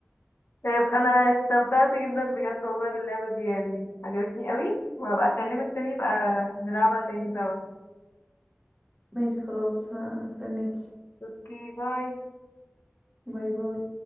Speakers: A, on the left (about 70°); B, in the centre.
A: طيب انا استمتعت جدا بجد والله باللعبة دي يعني عجبتني قوي وهبقى اكلمك تاني يبقى نلعبها تاني سوا
B: ماشي خلاص ه- هستناكي
A: اوكي باي
B: باي باي